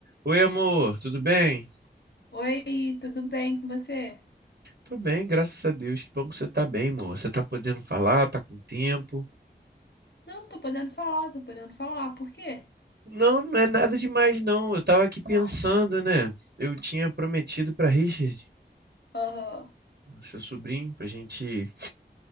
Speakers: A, on the right; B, on the left.
A: Oi, amor, tudo bem?
B: Oi, tudo bem com você?
A: Tô bem, graças a Deus. Que bom que você tá bem, amor. Você tá podendo falar, tá com tempo.
B: Não, tô podendo falar, tô podendo falar. Por quê?
A: Não, não é nada demais, não. Eu tava aqui pensando,
B: Ah, tá.
A: né? Eu tinha prometido pra Richard,
B: Aham,
A: seu sobrinho, pra gente